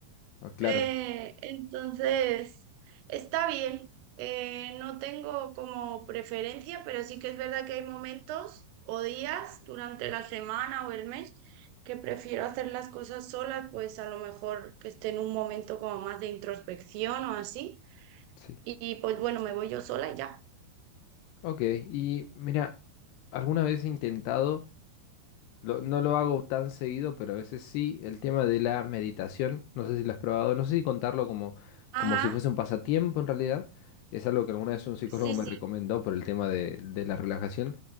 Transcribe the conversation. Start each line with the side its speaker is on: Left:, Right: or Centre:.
Left: Ah, claro,
Right: Eh, entonces, está bien. Eh, no tengo como preferencia, pero sí que es verdad que hay momentos o días durante la semana o el mes que prefiero hacer las cosas sola, pues a lo mejor que esté en un momento como más de introspección o así.
Left: sí.
Right: Y pues bueno, me voy yo sola y ya.
Left: Ok, y mira, alguna vez he intentado... Lo- no lo hago tan seguido, pero a veces sí. El tema de la meditación, no sé si lo has probado, no sé si contarlo como,
Right: Ajá,
Left: como si fuese un pasatiempo en realidad. Es algo que alguna vez un psicólogo
Right: sí,
Left: me
Right: sí.
Left: recomendó por el tema de, de la relajación.